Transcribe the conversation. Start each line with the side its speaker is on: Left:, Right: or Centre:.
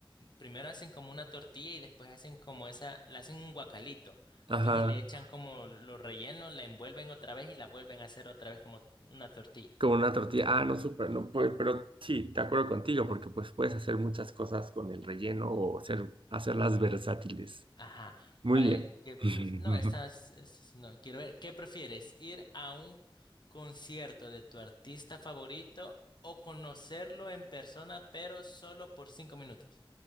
Left: primero hacen como una tortilla y después hacen como esa, la hacen un guacalito.
Right: Ajá.
Left: Ah, pues y le echan como los rellenos, la envuelven otra vez y la vuelven a hacer otra vez como una tortilla.
Right: Como una tortilla. Ah, no, súper, no, pues, pero sí, de acuerdo contigo, porque pues puedes hacer muchas cosas con el relleno o hacer, hacerlas versátiles.
Left: Ajá.
Right: Muy
Left: Vaya,
Right: bien.
Left: ¿qué pref-
Right: <laughs>
Left: No, estas, estas no, quiero ver. ¿Qué prefieres? ¿Ir a un concierto de tu artista favorito o conocerlo en persona, pero solo por cinco minutos?